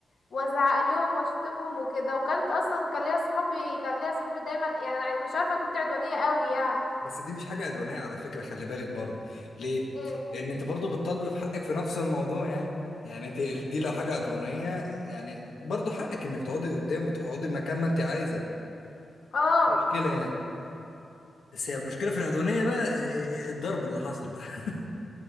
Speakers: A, on the left; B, on the left.
A: وازعق لهم واشتمهم وكده وكانت اصلا كان ليا صحابي كان ليا صحابي دايما يعني أنا مش عارفه انا كنت عدوانيه قوي يعني
B: بس دي مش حاجه عدوانيه على فكره خلي بالك برضه ليه
A: إيه.
B: لان انت برضه بتطالب بحقك في نفس الموضوع يعني يعني انت دي لو حاجه عدوانيه يعني برضه حقك انك تقعدي قدام وتقعدي مكان ما انت عايزه
A: اه
B: مش مشكله يعني بس هي المشكله في العدوانيه بقى اه، اه، اه، الضرب اللي حصل ده <laughs>